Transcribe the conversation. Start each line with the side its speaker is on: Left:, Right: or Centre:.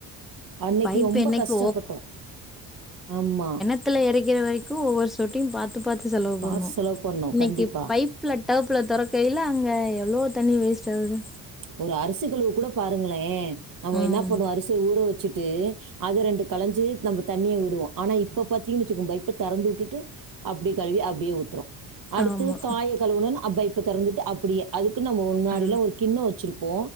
Right: அன்னைக்கு
Centre: பைப்
Right: ரொம்ப
Centre: என்னைக்கு
Right: கஷ்ட்டப்பட்டோ ஆமா
Centre: த்துல இறக்கிற வரைக்கு ஒவ்வொரு சொட்டையும் பாத்து பாத்து செலவு
Right: காசு
Centre: பண்ணோ
Right: செலவு பண்ணோம்.
Centre: இன்னைக்கு
Right: கண்டிப்பா.
Centre: பைப் ப்ல டேப்ல தொறக்கையில அங்க எவ்ளோ தண்ணி வேஸ்ட் ஆவுது
Right: ஒரு அரிசி கழுவ கூட பாருங்ளே நம்ம
Centre: ம்
Right: என்ன பண்ணுவோ அரிசிய ஊற வச்சுட்டு அத ரெண்டு களஞ்சு நம்ம தண்ணிய விடுவோ ஆனா இப்ப பாத்தீங்கன்னு வச்சுக்கோ பைப்ப தறந்து உட்டுட்டு அப்டி கழுவி அப்டியே ஊத்துறோ அடுத்து
Centre: ஆமா
Right: காய கழுவுனுன் அப்பா இப்ப தொறந்துட்டு அப்படியே அதுக்கு நம்ம முன்னாடில்லா
Centre: ஆ
Right: ஒரு கிண்ணோ வச்சுருப்போ